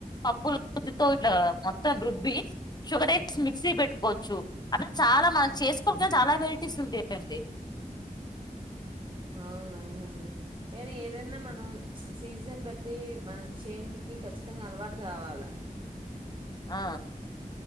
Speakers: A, on the left (about 30°); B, on the right (about 35°).
A: పప్పులు తో మొత్తం రుబ్బి షుగర్ మిక్సీ పెట్టుకోవచ్చు అట్లా చాలా మనం చేసుకోక చాలా ంటుంటాయండి
B: అవునవునండి కానీ ఏదైనా మనం సీజన్ బట్టి మన చేంజ్కి ఖచ్చితంగా అలవాటు కావాలా
A: ఆ